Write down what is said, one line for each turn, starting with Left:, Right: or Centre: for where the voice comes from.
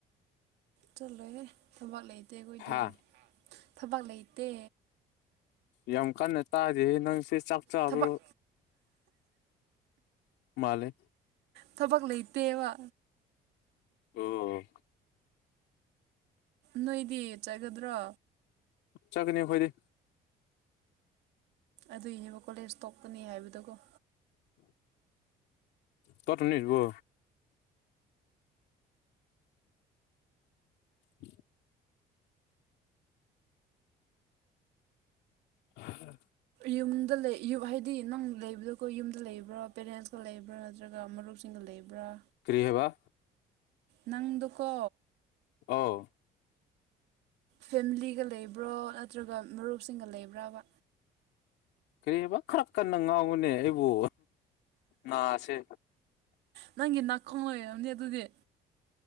Right: ꯆꯠꯂꯣꯏꯦ ꯊꯕꯥꯛ ꯂꯩꯇꯦ ꯑꯩꯈꯣꯏꯗꯤ
Left: ꯍꯥ
Right: ꯊꯕꯛ ꯂꯩꯇꯦ
Left: ꯌꯥꯝ ꯀꯟꯅ ꯇꯥꯗꯤ ꯅꯪꯁꯦ ꯆꯥꯛ ꯆꯥꯔ
Right: ꯊꯕꯛ
Left: ꯃꯥꯂꯦ
Right: ꯊꯕꯛ ꯂꯩꯇꯦꯕ
Left: ꯑꯣꯝ
Right: ꯅꯣꯏꯗꯤ ꯆꯠꯒꯗ꯭ꯔꯣ
Left: ꯆꯒꯅꯤ ꯐꯣꯏꯗꯤ
Right: ꯑꯗꯨꯏꯅꯦꯕ ꯀꯣꯂꯦꯖ ꯇꯣꯛꯀꯅꯤ ꯍꯥꯏꯕꯗꯀꯣ
Left: ꯇ ꯇꯅꯤꯕꯣ ꯑꯝ ꯑ
Right: ꯌꯨꯝꯗ ꯂꯩ ꯌ ꯍꯥꯏꯗꯤ ꯅꯪ ꯂꯩꯕꯗꯀꯣ ꯌꯨꯝꯗ ꯂꯩꯕ꯭ꯔꯥ ꯄꯦꯔꯦꯟꯁꯀ ꯂꯩꯕ꯭ꯔꯥ ꯅꯠꯇ꯭ꯔꯒ ꯃꯔꯨꯞꯁꯤꯡꯒ ꯂꯩꯕ꯭ꯔꯥ ꯭ꯔ
Left: ꯀꯔꯤ ꯍꯥꯏꯕ
Right: ꯅꯪꯗꯨꯀꯣ
Left: ꯑꯣ
Right: ꯐꯦꯃꯤꯂꯤꯒ ꯂꯩꯕ꯭ꯔꯣ ꯅꯠꯇ꯭ꯔꯒ ꯃꯔꯨꯞꯁꯤꯡꯒ ꯂꯩꯕ꯭ꯔꯕ
Left: ꯀꯔꯤ ꯍꯥꯏꯕ ꯈꯔ ꯀꯟꯅ ꯉꯥꯎꯕꯅꯦ ꯑꯩꯕꯨ ꯅꯥꯁꯦ
Right: ꯅꯪꯒꯤ ꯅꯥꯀꯣꯡ ꯑꯣꯏꯝꯅꯦ ꯑꯗꯨꯗꯤ